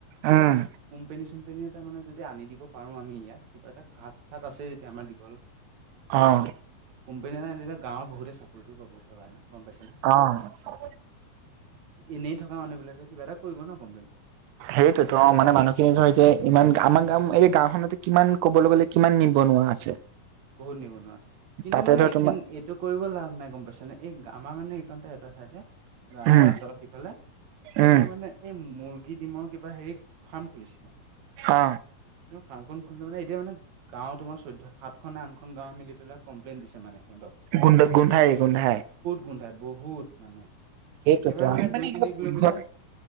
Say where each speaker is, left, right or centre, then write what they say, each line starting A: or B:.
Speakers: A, on the right; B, on the right.
A: কিবা
B: উম
A: কোম্পেনী-চোম্পেনী এটা মানে যদি আনি দিব পাৰো আমি ইয়াত, কিবা এটা তাত আছে, যেতিয়া আমাৰ দীঘল
B: অঁহ।
A: কোম্পানী এটা আনি দিলে, গাঁৱৰ বহুতে চাকৰিটো পাব, ভাবা নে, গম পাইছানে?
B: অহ।
A: এনেই থকা মানুহ বিলাকে, কিবা এটা কৰিব ন। কোম্পেনীত
B: হেইটোতো অ, মানে মানুহখিনি ধৰ, এতিয়া ইমান আমাৰ গাওখনতো এতিয়া, কিমান কিমান ক'বলৈ গ'লে কিমান নিবনুৱা আছে।
A: বহুত নিবনুৱা, কিন্তু
B: তাতে
A: মানে
B: ধৰ
A: এইখন
B: তোমাৰ
A: এইটো কৰিব লাভ নাই, গম পাইছানে! এই আমাৰ মানে এইখন ঠাই এটা চাইডে, গাঁও
B: উম
A: এখন আছে। কি ক'লে? তোমাৰ
B: উম
A: মানে এই মুৰ্গী ডিমৰ কিবা হেৰি ফাৰ্ম খুলিছিলে।
B: অ।
A: তোমাৰ ফাৰ্মখন খুলিলো মানে, এতিয়া মানে গাঁও তোমাৰ চৈধ্য সাত খন, আঠ খন গাঁৱে মিলি পেলাই কম্লেইন দিছে মানে সিহঁতক।
B: গোন্ধ, গোন্ধায়, গোন্ধায়।
A: গোন্ধায়, বহুত মানে,
B: সেইটোতো
A: একেবাৰে
B: আমি
A: মানে দুই-তিনি
B: এনেকুৱা
A: কিলোমিটাৰ
B: গোন্ধোৱা